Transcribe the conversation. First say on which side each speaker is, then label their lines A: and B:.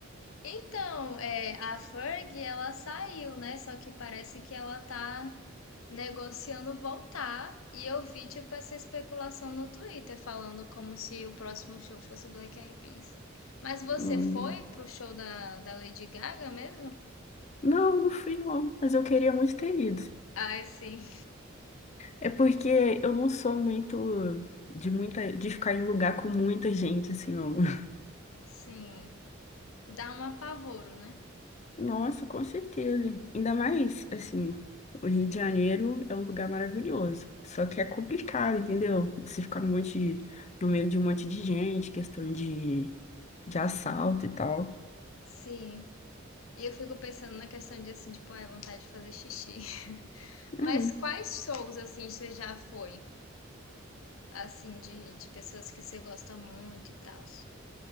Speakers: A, on the left; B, on the left.
A: Então, é, a Ferg, ela saiu, né? Só que parece que ela tá negociando voltar. E eu vi, tipo, essa especulação no Twitter, falando como se o próximo show fosse Black Eyed Peas. Mas você
B: Hum,
A: foi pro show da, da Lady Gaga mesmo?
B: não, não fui não, mas eu queria muito ter ido.
A: Ai, sim.
B: É porque eu não sou muito de muita de ficar em lugar com muita gente assim, não. <laughs>
A: Sim. Dá um apavoro, né?
B: Nossa, com certeza. Ainda mais, assim, o Rio de Janeiro é um lugar maravilhoso. Só que é complicado, entendeu? Você ficar no monte de- no meio de um monte de gente, questão de, de assalto e tal.
A: Sim. E eu fico pensando na questão de, assim, tipo, ai, vontade de fazer xixi. <laughs> Mas
B: Hum.
A: quais shows, assim, você já foi? assim, de, de pessoas que você gosta muito e tal.